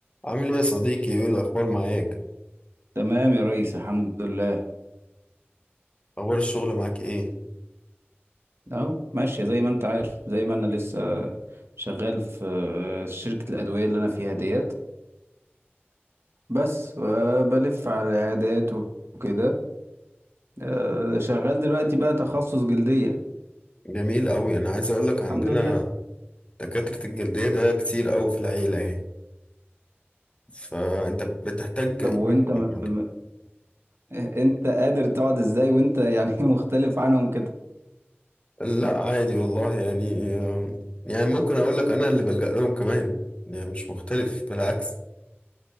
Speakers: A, on the left; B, on the right.
A: عامل ايه يا صديقي ايه الاخبار معاك
B: تمام يا ريس الحمد لله
A: اخبار الشغل معاك ايه
B: اهو ماشية زي ما انت عارف زي ما انا لسه شغال في آه، شركة الأدوية اللي انا فيها ديت بس آه، بلف على العيادات وكده آه، شغال دلوقتي بقى تخصص جلدية
A: جميل قوي انا عايز اقول لك
B: الحمد
A: عندنا
B: لله
A: دكاترة الجلدية ده كتير قوي في العيلة يعني فانت بتحتاج
B: طب
A: ايه
B: وانت م...
A: قول
B: م...
A: لي.
B: انت قادر تقعد ازاي وانت يعني <laughs> مختلف عنهم كده
A: لا عادي والله يعني آم، يعني ممكن اقول لك انا اللي بلجأ لهم كمان يعني مش مختلف بالعكس